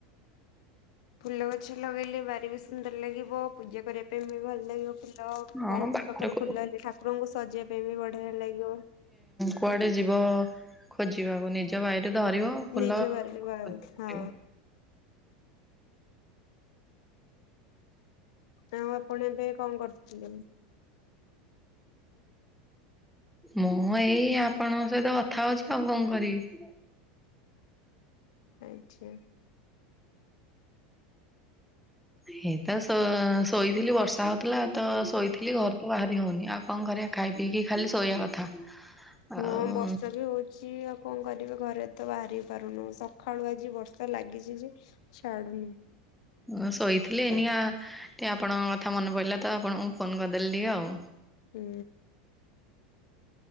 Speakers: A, on the left (about 60°); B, in the centre.
A: ଫୁଲ ଗଛ ଲଗେଇଲେ ବାରି ବି ସୁନ୍ଦର ଲାଗିବ। ପୂଜା କରିବା ପାଇଁ ବି ଭଲ ଲାଗିବ ଫୁଲ
B: ହଁ
A: ବୋହୁତ
B: ବାହାରକୁ
A: ପ୍ରକାର ଫୁଲ ହେଲେ ଠାକୁରଙ୍କୁ ସଜେଇବା ପାଇଁ ବି ବଢିଆ ଲାଗିବ।
B: କୁଆଡେ ଯିବ ଖୋଜିବାକୁ ନିଜ ବାଇରେ ଧରିବ। ଫୁଲ
A: ନିଜ ବାରିରେ ବାସ୍
B: ଖୋଜିବ।
A: ହଁ। ଆଉ ଆପଣ ଏବେ କଣ କରୁଥିଲେ।
B: ମୁଁ ଏଇ ଆପଣଙ୍କ ସହିତ କଥା ହଉଛି ଆଉ କଣ କରିବି।
A: ଆଛା।
B: ହେଇ ତ ଶୋ ଶୋଇଥିଲି ବର୍ଷା ହଉ ଥିଲା ତ ଶୋଇଥିଲି ଘରୁ ତ ବାହାରି ହଉନି ଆଉ କଣ କରିବା ଖାଇ ପିଇକି ଖାଲି ଶୋଇବା କଥା।
A: ହଁ
B: ଆଉ
A: ବର୍ଷା ବି ହଉଛି। ଛି ଆଉ କଣ କରିବେ ଘରେ ତ ବାହାରି ପାରୁନୁ ସଖାଳୁ ଆଜି ବର୍ଷା ଲାଗିଛି ଯେ ଛାଡ଼ୁନି।
B: ମୁଁ ଶୋଇଥିଲି ଏଇନିକା ଟିକେ ଆପଣଙ୍କ କଥା ମନେ ପଡିଲା ତ ଆପଣଙ୍କୁ ଫୋନ କରିଦେଲି ଟିକେ ଆଉ।
A: ହୁଁ।